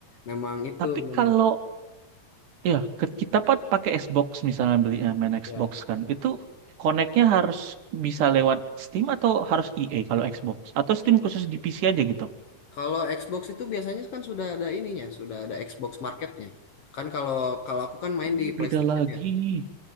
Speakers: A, on the left; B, on the right.
A: Memang itu
B: Tapi
A: memang
B: kalau ya ke- kita pa- pakai Xbox misalnya beli eh, main
A: ya.
B: Xbox kan, itu connect-nya harus bisa lewat Steam atau harus EA kalau Xbox? Atau Steam khusus di PC aja gitu?
A: Kalau Xbox itu biasanya kan sudah ada ininya, sudah ada Xbox Marketnya. Kan kalau kalau aku kan main
B: Oh,
A: di PlayStation
B: beda lagi.
A: ya.